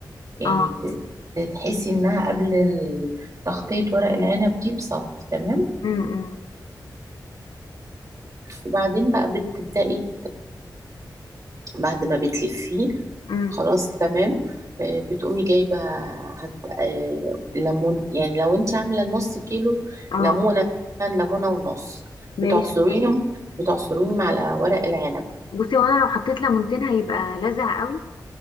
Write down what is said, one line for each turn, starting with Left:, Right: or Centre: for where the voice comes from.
Right: يعني
Left: اه
Right: ت- تحسي انها قبل ال- تغطيه ورق العنب دي بصف تمام
Left: امم امم
Right: وبعدين بقى بتبدأي بعد ما بتلفيه
Left: أمم.
Right: خلاص تمام آه، بتقومي جايبه هت... آه، ليمون يعني لو انت عامله نص كيلو
Left: اه
Right: ليمونه مثلاً ليمونه ونص
Left: ماشي
Right: بتعصريهم بتعصريهم على ورق العنب
Left: بصي وانا لو حطيت ليمونتين هيبقى لذع قوي